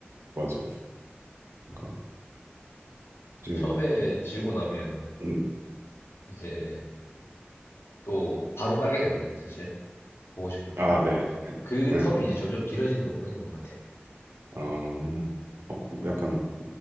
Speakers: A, on the right (about 80°); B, on the left (about 75°).
A: 맞아요. 그러니까, 이제,
B: 처음에 지우고 나면
A: 음,
B: 이제 또 바로 깔게 되거든요, 사실. 보고 싶을 때.
A: 아, 네.
B: 그
A: 네.
B: 텀이 이제 점점 길어지는 것뿐인 것 같아요.
A: 어, 어, 그 약간,